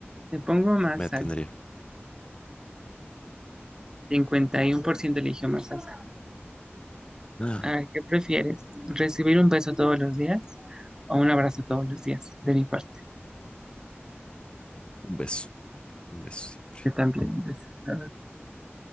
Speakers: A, on the right; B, on the left.
A: Me pongo más
B: me atendría.
A: alto. cincuenta y uno por ciento eligió más alto.
B: Ah,
A: A ver, ¿qué prefieres? ¿Recibir un beso todos los días o un abrazo todos los días? De mi parte.
B: un beso, un beso siempre.
A: Yo también un beso. A ver.